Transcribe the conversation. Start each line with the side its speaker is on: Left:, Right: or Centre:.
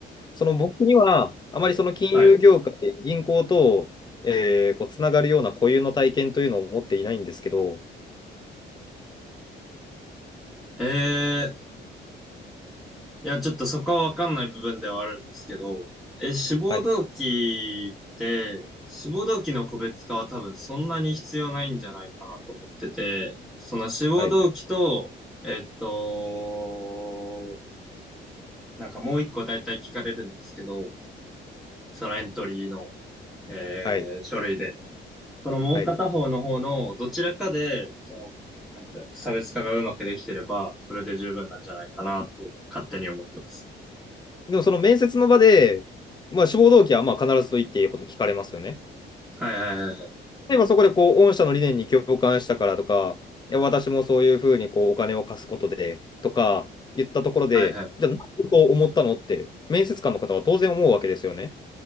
Left: その僕には、
Centre: おはい。
Left: あまりその金融業界、銀行と、えーこうつながるような固有の体験というのを持っていないんですけど、
Centre: えー、いや、ちょっとそこはわかんない部分ではあるんですけど、え、志望動機って、
Left: はい、
Centre: 志望動機の個別化は多分そんなに必要ないんじゃないかなと思ってて、その志望動機と、
Left: はい、
Centre: えっと、なんかもう一個大体聞かれるんですけど、そのエントリーの、えー書類で。
Left: はい、
Centre: そのもう片方の方のどちらかで、
Left: はい。
Centre: その、なんていうか、差別化がうまくできてれば、それで十分なんじゃないかなと、勝手に思ってます。
Left: でもその面接の場で、まあ、志望動機はまあ必ずと言っていいほど聞かれますよね。
Centre: はいはいはいは
Left: 例えばそこでこう、御社の理念に共感したからとか、いや、私もそういうふうにこうお金を貸すことでとか言ったところで、
Centre: い。はいはい。
Left: じゃあ、何だと思ったのって、面接官の方は当然思うわけですよね。